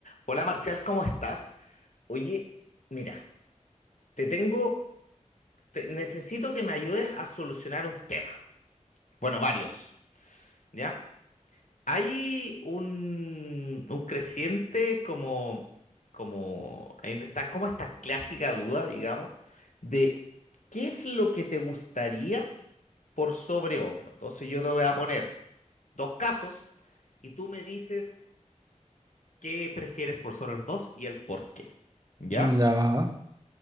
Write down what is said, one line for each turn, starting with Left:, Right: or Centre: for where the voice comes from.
Left: Hola Marcial, ¿cómo estás? Oye, mira, te tengo, te- necesito que me ayudes a solucionar un tema. Bueno, varios, ¿ya? Hay un, un creciente como, como, en esta, como esta clásica duda, digamos, de qué es lo que te gustaría por sobre otro. Entonces yo te voy a poner dos casos y tú me dices qué prefieres por sobre los dos y el por qué, ¿ya?
Right: Mm, Ya va, va.